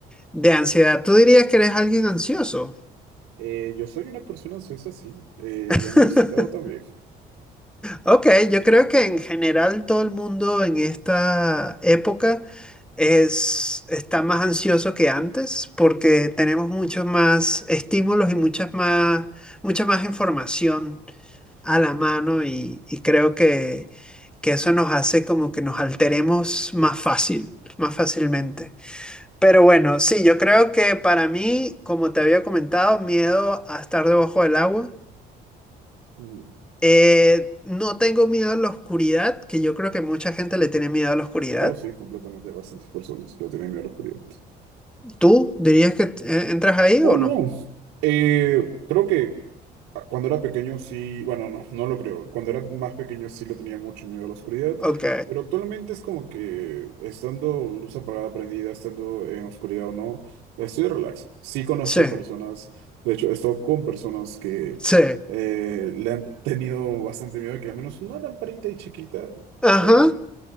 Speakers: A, in the centre; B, on the right.
A: de ansiedad. ¿Tú dirías que eres alguien ansioso?
B: Eh, yo soy una persona ansiosa, sí, eh,
A: <laughs>
B: diagnosticado también.
A: Ok, yo creo que en general todo el mundo en esta época es, está más ansioso que antes porque tenemos muchos más estímulos y muchas más, mucha más información a la mano y, y creo que, que eso nos hace como que nos alteremos más fácil, más fácilmente. Pero bueno, sí, yo creo que para mí, como te había comentado, miedo a estar debajo del agua.
B: Mm.
A: Eh, no tengo miedo a la oscuridad, que yo creo que mucha gente le tiene miedo a la oscuridad.
B: Oh, sí, completamente. Hay bastantes personas que le tienen miedo a la oscuridad.
A: ¿Tú dirías que eh, entras ahí
B: Oh,
A: o
B: no.
A: no?
B: Eh, creo que cuando era pequeño sí, bueno, no, no lo creo. Cuando era más pequeño sí le tenía mucho miedo a la oscuridad,
A: Ok,
B: pero actualmente es como que estando luz apagada, prendida, estando en oscuridad o no, estoy relax. Sí conozco
A: sí,
B: a personas, de hecho, he estado con personas que
A: sí.
B: eh, le han tenido bastante miedo, que al menos una lamparita y chiquita,
A: Ajá,
B: chévere.